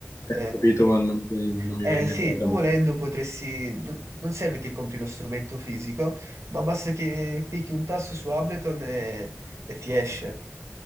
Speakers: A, on the left (about 65°); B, on the right (about 65°).
A: Eh,
B: Eh,
A: Ho capito, ma non, mi non mi
B: eh,
A: viene in
B: sì,
A: mente la camera.
B: tu volendo potresti... no- Non serve che compri lo strumento fisico, ma basta che clicchi un tasto su Ableton e, e ti esce.